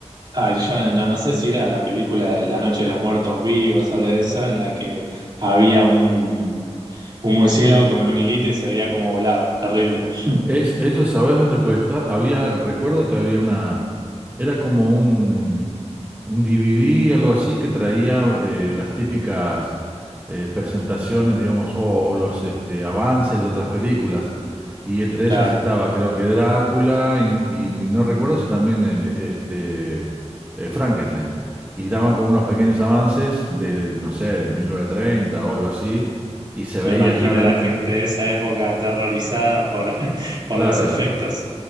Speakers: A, on the right; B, on the right.
A: Ay, yo no, no- no sé si era la película de La Noche de los Muertos Vivos o algo de eso, en la que había un, un murciélago con un hilito y se veía como volaba. Terrible. <laughs>
B: Es, eso, ¿sabes dónde puede estar? Había, recuerdo que había una, era como un, un DVD, algo así, que traía eh, las típicas eh, presentaciones, digamos, o, o los este, avances de otras películas. Y entre esas
A: Claro,
B: estaba, creo que Drácula, y, no y no recuerdo si también el, este, eh, Frankenstein. Y daban como unos pequeños avances de, no sé, del 1930 o algo así, y se
A: me
B: veía,
A: imagino
B: claro,
A: la
B: en-
A: gente
B: en-
A: de esa época aterrorizada por, <laughs> por
B: claro.
A: los efectos.